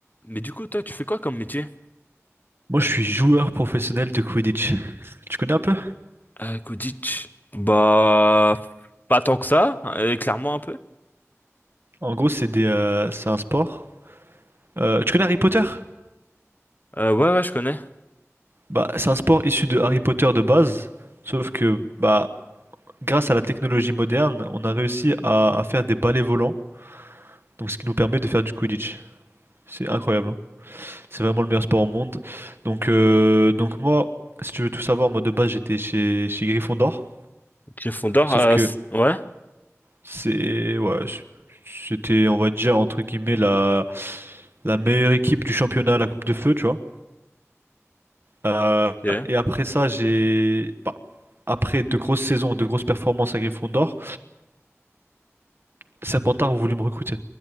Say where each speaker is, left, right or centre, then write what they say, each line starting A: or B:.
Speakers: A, on the left; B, on the right.
A: Mais du coup, toi, tu fais quoi comme métier?
B: Moi, je suis joueur professionnel de Quidditch. Tu connais un peu?
A: Euh, Kodich. Bah, pas tant que ça, euh, clairement un peu.
B: En gros, c'est des, euh, c'est un sport. Euh, tu connais Harry Potter?
A: Euh, ouais, ouais, je connais.
B: Bah, c'est un sport issu de Harry Potter de base, sauf que bah, grâce à la technologie moderne, on a réussi à, à faire des balais volants, donc ce qui nous permet de faire du Quidditch. C'est incroyable, hein. C'est vraiment le meilleur sport au monde. Donc, euh, donc moi, si tu veux tout savoir, moi de base j'étais chez, chez Gryffondor,
A: Gryffondor,
B: sauf
A: euh,
B: que
A: c- ouais,
B: C'est ouais, c- c'était on va dire entre guillemets la la meilleure équipe du championnat à la Coupe de Feu, tu vois. Euh,
A: ok.
B: et après ça, j'ai bah, après de grosses saisons, de grosses performances à Gryffondor, Serpentard a voulu me recruter.